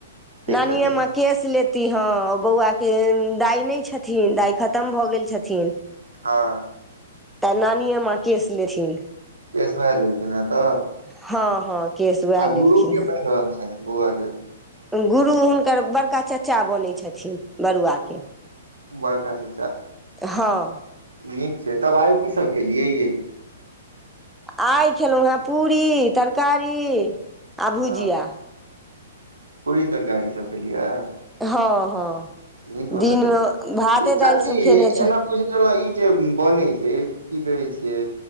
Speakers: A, on the right; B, in the centre.
A: ठीक
B: नानिेमे
A: छथिन
B: केश लेती हँ बौआके दाइ नहि छथिन दाइ खतम भऽ गेल छथिन।
A: हँ।
B: ते नानी माकिसथिन।
A: प्मलथि तऽ।
B: हँ हँ। केश उएह
A: आगू
B: लेलखिन
A: रोपिय
B: हेँ
A: पै ने ह बोआ।
B: गुरु हुनकर बड़ कका चचा बनै छथिन बरुआ के।
A: बड़का छै
B: हँ
A: न तब आइ की सब खेलियै ये।
B: आइ खेलहुँ हेँ पूरी तरकारी आभूजिया।
A: हँ पूरी तर गाड़ीसँ फैेलियिया।
B: हँ हँ।
A: न कोना
B: दिनमे
A: छै
B: भाते
A: साचीना
B: दालि सभ खेने छै
A: पजिश ई जे बने छै की कहै छियै